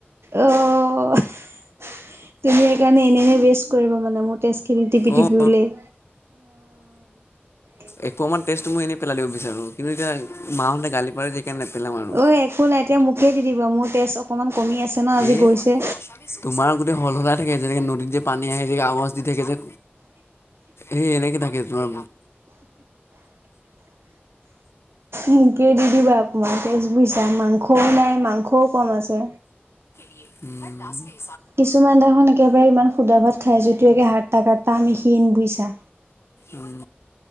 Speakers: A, on the right (about 80°); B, on the left (about 80°).
A: অ' তুমি সেইকাৰণে এনে-এনে ৱেষ্ট কৰিবা মানে মোৰ তেজ খিনি টিপি-টিপি
B: অ',
A: উলায়। <unintelligible>
B: এক পোৱা মান তেজটো মই এনেই পেলাই দিব বিচাৰোঁ, কিন্তু এতিয়া মাহঁতে গালি পাৰে যে সেইকাৰণে নেপেলাওঁ আৰু।
A: ঐ একো নাই এতিয়া মোকে দি দিবা মোৰ তেজ অকমান কমি আছে ন' আজি
B: এ
A: গৈছে।
B: তোমাৰ গোটেই সল সলাই থাকে যেনেকৈ নদীত যে পানী আহে যে আৱাজ দি থাকে যে। এই এনেইকেই থাকে তোমাৰ
A: মোকে দি দিবা অকণমান তেজ বুইছা মাংসও নাই মাংসও কম আছে।
B: উ।
A: কিছুমান দেখুন একেবাৰে ইমান সুদা ভাত খায় যদিও একে হাত্তা কাটা আমি ক্ষীণ বুজিছা।
B: উম,